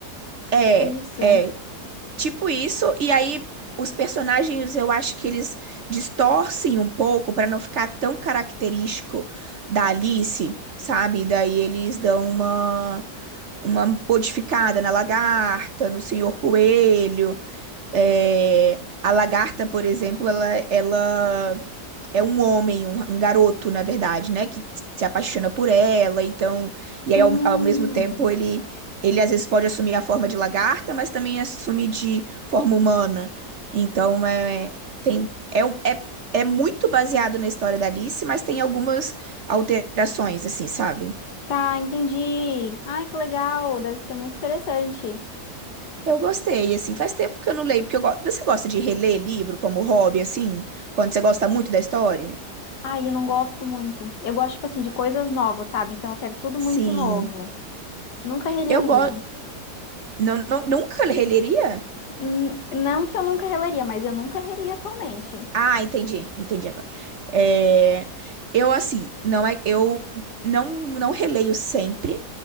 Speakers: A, on the right (about 55°); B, on the left (about 75°).
A: é,
B: Tipo isso.
A: é tipo isso e aí os personagens eu acho que eles distorcem um pouco para não ficar tão característico da Alice, sabe? Daí eles dão uma uma modificada na lagarta, no senhor coelho. É, a lagarta, por exemplo, ela, ela é um homem, um, um garoto, na verdade, né? Que se apaixona por ela, então. E
B: Hum.
A: aí, ao, ao mesmo tempo, ele, ele às vezes pode assumir a forma de lagarta, mas também assume de forma humana. Então, é, tem, é, um- é, é muito baseado na história da Alice, mas tem algumas alterações, assim, sabe?
B: Tá, entendi. Ai, que legal. Deve ser muito interessante.
A: Eu gostei, assim, faz tempo que eu não leio, porque eu gosto. Você gosta de reler livro como hobby, assim? Quando você gosta muito da história?
B: Ai, eu não gosto muito. Eu gosto, tipo assim, de coisas novas, sabe? Então eu quero tudo
A: Sim.
B: muito novo. Nunca reli
A: Eu
B: um
A: gosto.
B: livro.
A: Não, não- nunca releria?
B: N- não que eu nunca releria, mas eu nunca reli atualmente.
A: Ah, entendi. Entendi agora. É, eu, assim, não é. Eu não, não releio sempre,